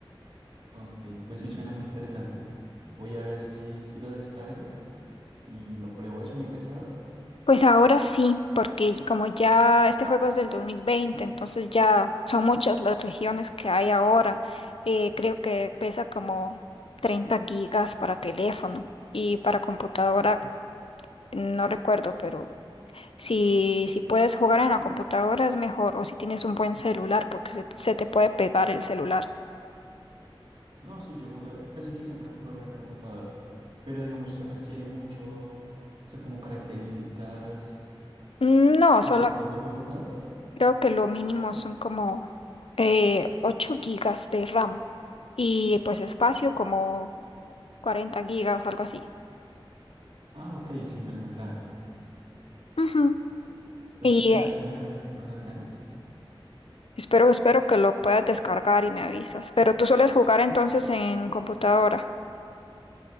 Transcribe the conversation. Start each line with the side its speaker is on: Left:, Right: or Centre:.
Right: Ok, pues sí suena muy interesante. Voy a ver si, si lo descargo y lo pruebo. ¿Es muy pesado?
Left: Pues ahora sí, porque como ya este juego es del 2020, entonces ya son muchas las regiones que hay ahora. Eh, creo que pesa como 30 gigas para teléfono y para computadora, no recuerdo, pero si, si puedes jugar en la computadora es mejor o si tienes un buen celular, porque se, se te puede pegar el celular.
Right: No, sí, yo jugué, casi que siempre juego en el computador, pero digamos, requiere mucho, o sea, como características
Left: No, solo
Right: potentes del computador.
Left: creo que lo mínimo son como eh, 8 gigas de RAM y pues espacio como 40 gigas, algo así.
Right: Ah, ok, sí, no es tan grave.
Left: Ujú.
Right: Pues
Left: Y
Right: sí, ¿sabes
Left: eh,
Right: que me dejaste con las ganas?
Left: espero, espero que lo puedas descargar y me avisas. Pero tú sueles jugar entonces en computadora.